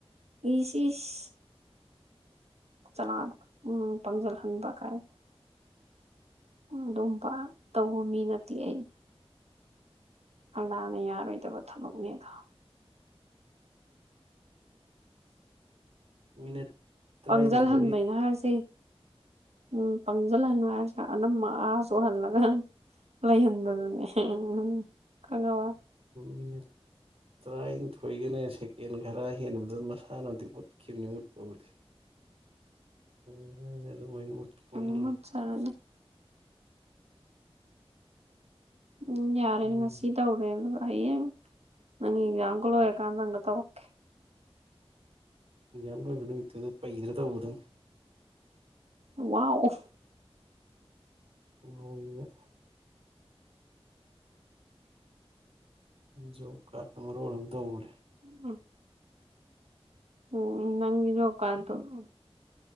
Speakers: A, on the right (about 85°); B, on the right (about 65°).
A: ꯏꯁꯤꯤꯁ ꯆꯂ ꯎꯝ ꯄꯪꯖꯜ ꯍꯟꯕ ꯀꯥꯏ ꯑꯗꯨꯝ ꯇꯧꯕ ꯃꯤ ꯅꯠꯇꯦ ꯑꯩ ꯑꯜꯥꯅꯦ ꯌꯥꯔ ꯑꯣꯏꯣꯏ ꯇ ꯊꯕꯛꯅꯦꯗ
B: ꯃꯤꯅꯠ ꯇꯔꯥꯅꯤꯊꯣꯏ
A: ꯄꯥꯡꯖꯜ ꯍꯟꯕꯅ ꯍꯥꯏꯔꯁꯦ ꯎꯝ ꯄꯪꯁꯤꯜꯍꯟꯂꯨ ꯍꯥꯏꯁꯦ ꯑꯅꯝꯝꯕ ꯑꯥ ꯁꯣꯛꯍꯜꯂꯒ ꯂꯩꯍꯟꯕꯗꯨꯅꯦ ꯎꯝ ꯎꯝ ꯈꯅꯕ
B: ꯃꯤꯅꯤꯠ ꯇꯔꯥꯅꯤꯊꯣꯏꯒꯅꯦ ꯁꯦꯀꯦꯟ ꯈꯔ ꯍꯦꯟꯕꯗ ꯃꯁꯥꯅꯕꯨꯗꯤ ꯎꯠꯈꯤꯕꯅꯤ ꯃꯠꯄꯕꯨꯗꯤ ꯑꯗꯨ ꯑꯗꯨꯃꯥꯏꯅ ꯃꯨꯠꯈꯤ ꯃꯨꯠꯍꯜꯂꯣ
A: ꯎ ꯃ ꯁꯔ ꯂꯩꯦ ꯎꯝ ꯌꯥꯔꯦꯅꯦ
B: ꯎꯝ
A: ꯉꯁꯤ ꯇꯧꯔꯦ ꯑꯗꯨ ꯍꯌꯦꯟ ꯅꯪꯖꯥꯡꯒꯂ ꯑꯣꯏꯔꯀꯥꯒ ꯇ ꯑꯣꯦ
B: ꯏ ꯌꯥꯝ ꯂꯣꯏꯕ ꯅꯨꯃꯤꯠꯇꯨꯗ ꯄꯩꯗ꯭ꯔꯥ ꯇꯧꯗꯅꯤ
A: ꯋꯥ ꯑꯣ
B: ꯅꯨꯩꯅ ꯖꯣ ꯀꯠ ꯃꯔꯣ ꯑꯃ ꯇ ꯎꯔꯦ
A: ꯎꯝ ꯎꯝ ꯅꯪꯖꯣ ꯀꯥ ꯑꯗꯨꯣ